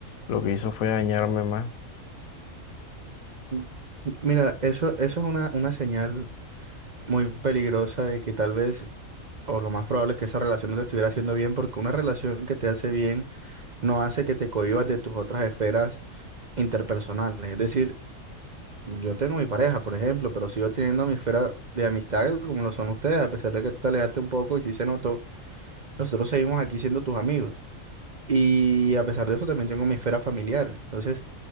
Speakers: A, on the left (about 85°); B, on the right (about 40°).
A: lo que hizo fue dañarme más.
B: Mm. Mira, eso, eso es una, una señal muy peligrosa de que tal vez, o lo más probable es que esa relación no te estuviera haciendo bien, porque una relación que te hace bien no hace que te cohibas de tus otras esferas interpersonales. Es decir, Yo tengo mi pareja, por ejemplo, pero sigo teniendo mi esfera de amistades como lo son ustedes, a pesar de que tú te alejaste un poco y sí se notó, nosotros seguimos aquí siendo tus amigos. Y a pesar de eso también tengo mi esfera familiar. Entonces,